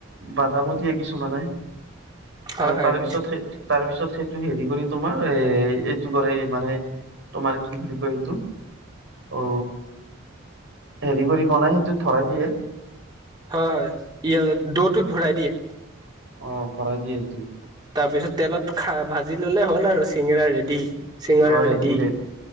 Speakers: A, on the right; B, on the right.
A: বাদাম দিয়ে কিছুমানে
B: হয়
A: আৰু
B: হয়
A: তাৰপিছত তাৰ পিছ স টো হেৰি কৰি তোমাৰ এ কৰে মানে তোমাৰ কি বুলি কয় এইটো অ হেৰি কৰি বনাই সেইটো ধৰাই দিয়ে
B: হয় হয় ইাত দৌটোত ভৰাই দিয়ে
A: অ পৰাঢ়ই দিয় ত
B: তাৰ পিছত তেলত খা ভাজি ললে হ'ল আৰু চিঙৰা ৰেডি চিঙৰা
A: অৰে
B: ৰেডি
A: ধীৰে